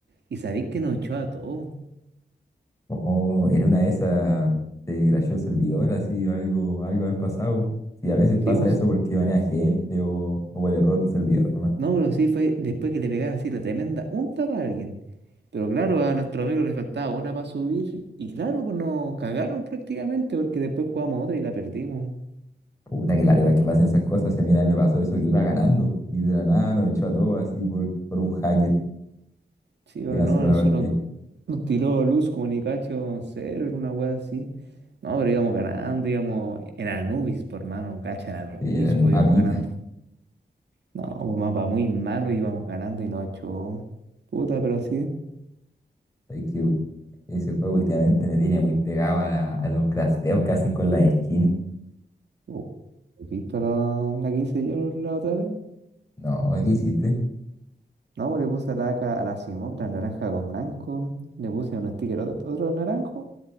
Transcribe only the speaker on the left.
O en una de esas se crasheó el servidor, así, o algo, algo haber pasado. Y a veces pasa
eso porque van a gente o, o por el error del servidor nomás.
Puta que la de que pasen esas cosas. Y a mí una vez me pasó eso que iba ganando y de la nada nos echó a todos así por, por un hacker
que canceló
la partida.
Y en el
mapita.
Es que ese juego últimamente me tiene muy pegado a, la- a los crafteos que hacen con la skin.
No, ¿qué hiciste?